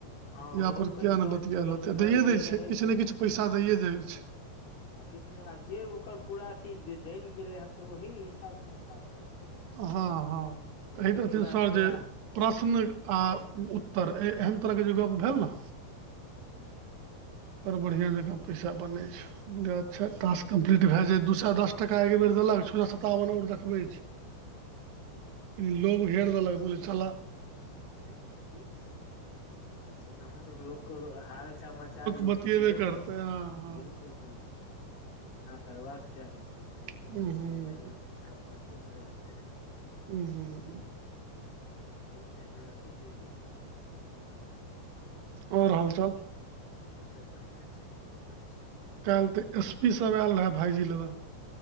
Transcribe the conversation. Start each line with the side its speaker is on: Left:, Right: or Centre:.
Left: हँ
Right: तऽ यह
Left: ओहोमे
Right: पर
Left: कनि
Right: किए
Left: टॉप
Right: नहि बतियाय
Left: टॉपिकल
Right: लेतै दैए
Left: जे
Right: दै छैय
Left: रहै
Right: किछु
Left: छै
Right: ने किछु पैसा दैए दै छैय।
Left: ह किछु नहि आब जे ओकर पूरा अथी जे जानि गेलै हन तऽ ओहि हिसाब से ने बात करतै।
Right: हँ हँ
Left: तऽ
Right: कहैत
Left: ओ
Right: रहथिन
Left: पूरा
Right: सर
Left: पूरा
Right: जे प्रश्न
Left: ह
Right: आ उत्तर एहन तरह के जे गप भेल न
Left: हूं
Right: ओकर बढ़िआँ जकाँ पैसा बनै छैय। अच्छा टास्क कम्प्लीट भय जाय दू सए दस टका एक बेर देलक छौ सतावन आर देखबे छैय। लोभ घेर देलक बोल चला।
Left: नहि नहि ठीक छैय तऽ की क नहि तऽ लोकके हाल समाचार लोक
Right: बतियेबे
Left: पुछबे
Right: करतै
Left: कर
Right: हँ हँ
Left: बिलकुल बिलकुल। <unintelligible> करबाक चाही। तबसे एक दोसर
Right: उहूं
Left: से ल सम्पर्को मे रहतै।
Right: उहूं
Left: एगो नेटवर्के जुड़ी गेल हेतै। इएह
Right: और हालचाल
Left: सब छैय और सब बढ़िआँ छैय करै छी।
Right: काल्हि तऽ एस पी सब आयल रहै भाइजी लग।